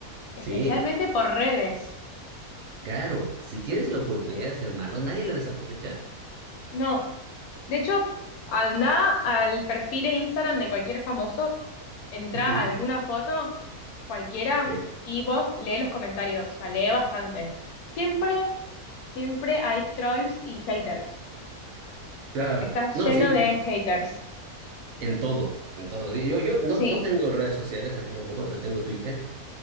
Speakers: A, on the left (about 75°); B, on the right (about 65°).
A: Especialmente
B: sí,
A: por redes.
B: claro, si tienes la oportunidad de ser malo, nadie la desaprovecha.
A: No, de hecho, anda al perfil en Instagram de cualquier famoso, entra
B: Ujú.
A: a alguna foto, cualquiera,
B: Sí,
A: y vos lee los comentarios, o sea, lee bastante. Siempre, siempre hay trolls y haters.
B: claro.
A: Está
B: No,
A: lleno
B: sí,
A: de haters.
B: En todo, en todo. Sí, Yo, yo no,
A: Sí.
B: no tengo redes sociales, así como poco, no tengo Twitter.